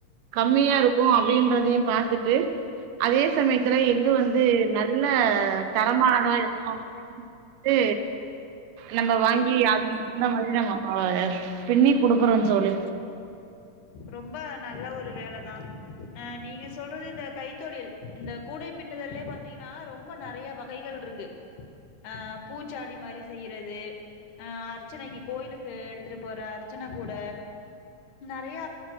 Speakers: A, on the right; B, on the left.
A: கம்மியாருக்கு அப்டின்றதையு பாத்துட்டு அதே சமயத்துல எங்க வந்து நல்ல தரமானதா இருக்கு அப்டின் <inaudible> டு நம்ப வாங்கி அதுக்கு தகுந்த மாதிரி நம்ம ஆ பின்னி குடுக்குறோ தோழி
B: ரொம்ப நல்ல ஒரு வேலதா ஆ நீங்க சொல்றது இந்த கைத்தொழில் இந்த கூடை பின்னுதல்லயே பாத்தீங்கனா ரொம்ப நறைய வகைகள் இருக்கு ஆ பூச்சாடி மாரி செய்யறது ஆ அர்ச்சனைக்கு கோயிலுக்கு எடுத்துட்டு போற அர்ச்சனகூட நறைய